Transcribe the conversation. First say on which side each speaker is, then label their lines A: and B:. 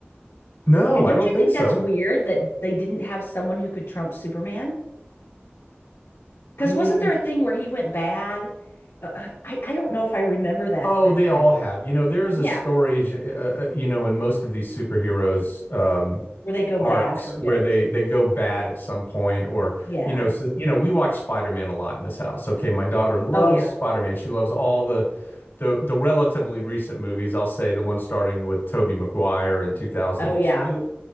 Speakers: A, on the left; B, on the left.
A: No,
B: And
A: I
B: don't
A: don't
B: you think
A: think so.
B: that's weird that they didn't have someone who could trump Superman? Because
A: I mean,
B: wasn't there a thing where he went bad? Uh, uh, I, I don't know if I remember that
A: oh,
B: that
A: they all
B: time.
A: have. You know, there is
B: Yeah,
A: a story, uh, uh, uh, you know, in most of these superheroes um,
B: where they go bad
A: arcs
B: for a
A: where
B: bit.
A: they they go bad at some point, or
B: Yeah.
A: you know, so, you know, we watch Spider-Man a lot in this house. Okay, my daughter loves
B: Oh yeah.
A: Spider-Man. She loves all the the the relatively recent movies. I'll say the one starting with Tobey Maguire in 2002
B: Oh yeah.